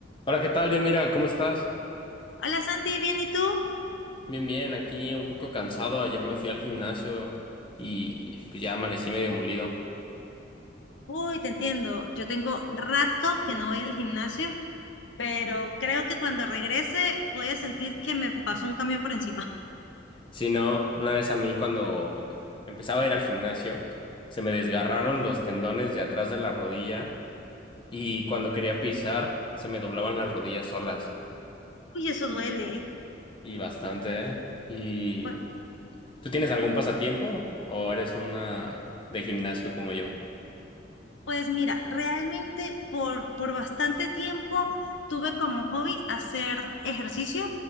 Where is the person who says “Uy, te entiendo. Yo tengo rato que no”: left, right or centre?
Left